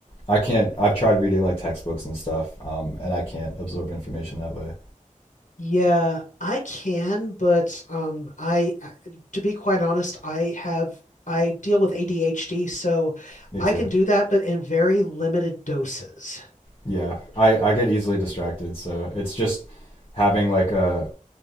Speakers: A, on the left; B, on the left.
A: I can't I've tried reading like textbooks and stuff, um, and I can't absorb information that way.
B: Yeah, I can, but um, I, I- to be quite honest, I have I deal with ADHD, so
A: Me
B: I
A: too.
B: can do that, but in very limited doses.
A: Yeah, I I get easily distracted, so it's just having like a